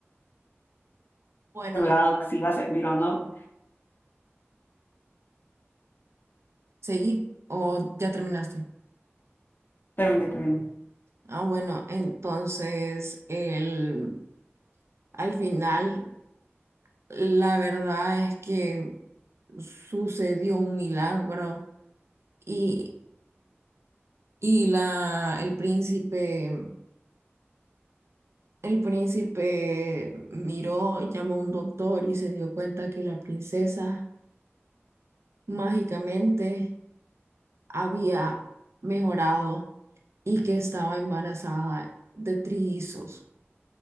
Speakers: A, on the right; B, on the left.
A: Bueno,
B: asegurado que si iba a servir o no.
A: seguí o ya terminaste.
B: Terminé, terminé.
A: Ah, bueno, entonces el, al final la verdad es que sucedió un milagro y, y la, el príncipe, el príncipe miró, llamó a un doctor y se dio cuenta que la princesa mágicamente había mejorado y que estaba embarazada de trillizos.